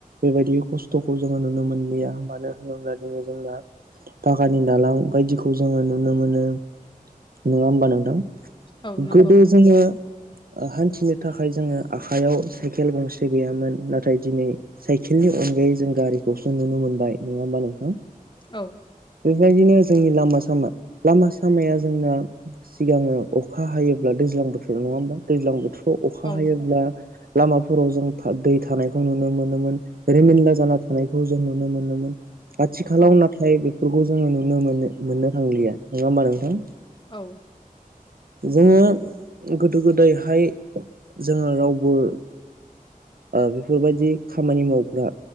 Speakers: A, on the right; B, on the left.
A: बेबायदि खस्थखौ जोङो नुनो मोनलिया मानो होनोब्ला दिनै जोंना पाखानि दालां बायदिखौ जोङो नुनो मोनो नङा होमबा नोंथां?
B: औ नंगौ
A: गोदो जोङो हान्थिनो थाखाय जोङो आखाइयाव साइकेल गंसे गैयामोन नाथाय दिनै साइकेलनि अनगायै जों गारिखौसो नुनो मोनबाय नङा होमबा नों
B: औ
A: बेबायदिनो जोंनि लामा सामा लामा सामाया जोंना सिगाङो अखा हायोब्ला दैज्लां बोथोराव नङा होमबा दैज्लां बोथोराव अ अखा
B: औ
A: हायोब्ला। लामाफोराव जों था दै थानायखौ नुनो मोनोमोन रिमोनला जाना थानायखौ जों नुनो मोनोमोन आथिखालाव
B: औ
A: नाथाय बेफोरखौ जोङो नुनो मोनो। मोननो थांलिया नङा होमबा नोंथां
B: औ
A: जोङो गोदो गोदायहाय जोङो रावबो बेफोरबायदि खामानि मावग्रा